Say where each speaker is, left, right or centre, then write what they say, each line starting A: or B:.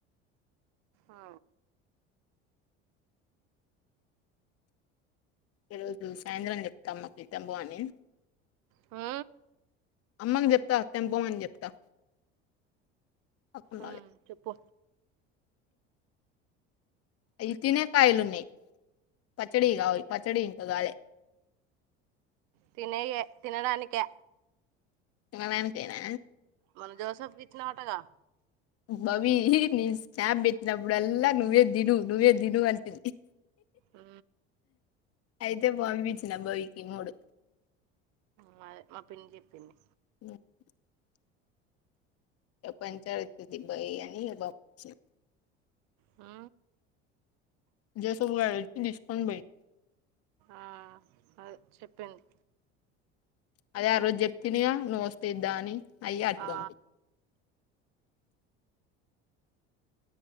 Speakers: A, on the right; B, on the left.
A: ఆ
B: ఈ రోజు సాయంత్రం చెప్తాం మాకు ఇతంబో అని
A: ఆ
B: అమ్మకు చెప్త అతం బొమని చెప్తా తప్పకుండా
A: ఆ చెప్పు
B: అవి తినే కాయలున్నాయి పచ్చడి కావు పచ్చడి ఇంక గాలే
A: తినేయే తినడానికే
B: మా నానాకేనా
A: మన జోసఫ్ కిచ్చిన వటగా
B: బబీ నీ స్నాప్ పెట్టినప్పుడలా నువ్వే దిను నువ్వే దిను అంతద్ది
A: ఆ
B: అయితే బంపించిన బాబీకి మూడు
A: మా దే మా పిన్ని చెప్పింది
B: <inaudible> పెంచాలి <unintelligible>
A: ఆ
B: జసబ్బ గడచ్చ తీస్కౌన్ బయి
A: ఆ అ చెప్పింది
B: అదే ఆ రోజు చెప్పిందిగా నువ్వు వస్తేయిద్దా అని అయి అటు
A: ఆ
B: దంపి